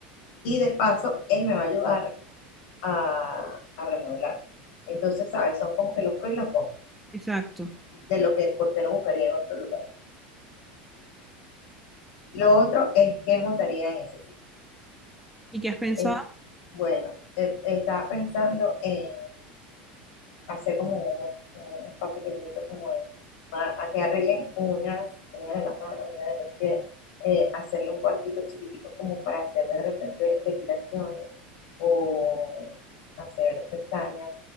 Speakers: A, on the left; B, in the centre.
A: Y de paso, él me va a ayudar a, a remodelar. Entonces, ¿sabes? Son como que los pros y los contras
B: exacto.
A: de lo que, porque no buscaría en otro lugar. Lo otro es que montaría en ese sitio.
B: ¿Y qué has pensado?
A: Es Bueno, te- estaba pensando en hacer como un, un spa pequeñito, como de- para- a que arreglen uñas, uñas de las manos, uñas de los pies, eh, hacerle un cuartico chiquitico como para hacer de repente depilaciones o hacer pestañas,